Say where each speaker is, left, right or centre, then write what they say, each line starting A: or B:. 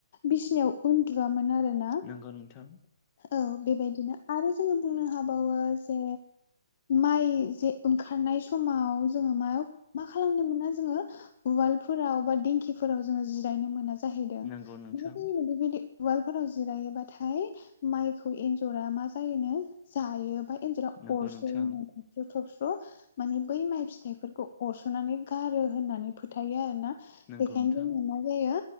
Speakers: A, on the left; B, on the left.
A: बिसिनायाव उन्दुआमोन आरो ना
B: नंगौ नोंथां
A: औ बेबायदिनो आरो जोङो बुंनो हाबावो जे माइ जे ओंखारनाय समाव जोङो मा मा खालामनो मोना जोङो उवालफोराव बा दिंखिफोराव जोङो जिरायनो मोना जाहैदों मा
B: नंगौ नोंथां
A: जायो बेबायदि उवालफोराव जिरायोबाथाय माइखौ एन्जरा मा जायोनो जायो बा एन्जरा
B: नंगौ
A: अरसयोनो
B: नोंथां
A: थबस्र' थबस्र' माने बै माइ फिथाइफोरखौ अरस'नानै गारो होननानै फोथायो आरो ना
B: नंगौ
A: बेखायनो
B: नोंथां
A: जोंना मा जायो